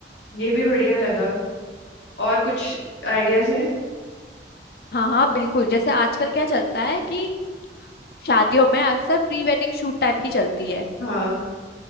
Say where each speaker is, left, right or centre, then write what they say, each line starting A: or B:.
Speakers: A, on the left (about 80°); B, on the left (about 60°).
A: ये भी बढ़िया लगा और कुछ आइडियाज हैं
B: हाँ हाँ बिल्कुल जैसे आजकल क्या चलता है कि शादियों में अक्सर प्री वेडिंग शूट टाइप की चलती है
A: हाँ